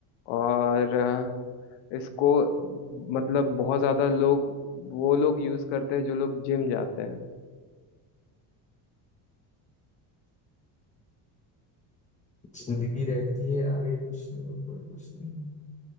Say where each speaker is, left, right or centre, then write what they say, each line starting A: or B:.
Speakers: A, on the left (about 70°); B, on the left (about 15°).
A: और अ, इसको मतलब बहुत ज्यादा लोग वो लोग यूज करते हैं जो लोग जिम जाते हैं
B: जिंदगी रहती है आगे कुछ नहीं ऊपर कुछ नहीं